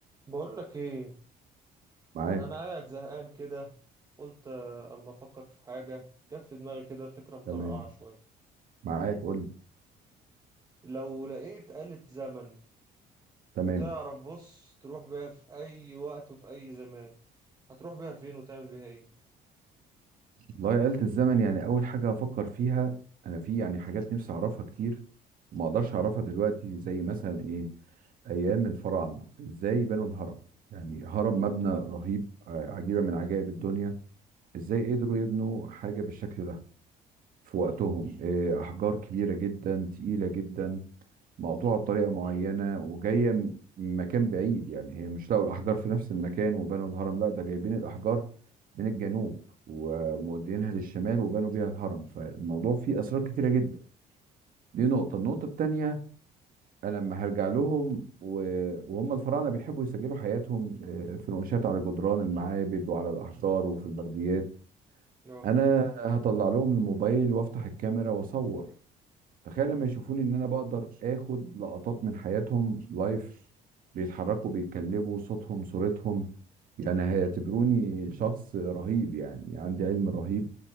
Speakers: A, on the right (about 20°); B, on the right (about 55°).
A: بقول لك ايه
B: معاك
A: احنا انا قاعد زهقان كده قلت آه، اما افكر في حاجه جت في دماغي كده فكره مطرقعه
B: تمام
A: شويه
B: معاك قول لي.
A: لو لقيت آلة زمن
B: تمام
A: وتعرف بص تروح بيها في اي وقت وفي اي زمان هتروح بيها فين وتعمل بيها ايه
B: والله آلة الزمن يعني أول حاجة أفكر فيها أنا في يعني حاجات نفسي أعرفها كتير وما أقدرش أعرفها دلوقتي زي مثلا إيه أيام الفراعنة إزاي بنوا الهرم يعني هرم مبنى رهيب آه، عجيبة من عجائب الدنيا إزاي قدروا يبنوا حاجة بالشكل ده في وقتهم إيه أحجار كبيرة جدا تقيلة جدا مقطوعة بطريقة معينة وجاية م- من مكان بعيد يعني هي مش لقوا الأحجار في نفس المكان وبنوا الهرم لا ده جايبين الأحجار من الجنوب ومودينها للشمال وبنوا بيها الهرم فالموضوع فيه أسرار كتيرة جدا دي نقطة النقطة التانية أنا لما هرجع لهم و- وهم الفراعنة بيحبوا يسجلوا حياتهم آه، في نقوشات على جدران المعابد وعلى الأحجار وفي البرديات
A: اه
B: أنا هطلع لهم الموبايل وأفتح الكاميرا وأصور تخيل لما يشوفوني ان انا بقدر اخد لقطات من حياتهم لايف بيتحركوا بيتكلموا صوتهم صورتهم يعني هيعتبروني شخص رهيب يعني عندي علم رهيب